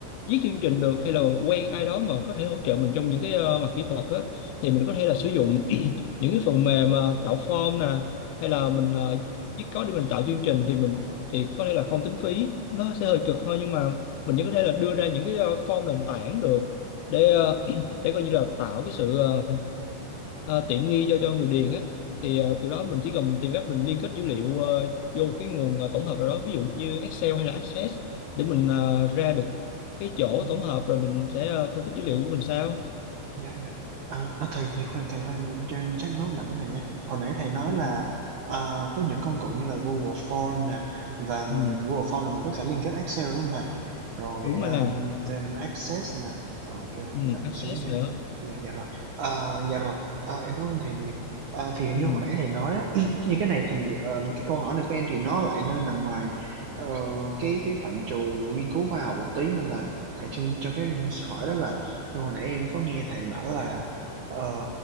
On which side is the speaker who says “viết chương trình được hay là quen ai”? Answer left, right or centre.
Left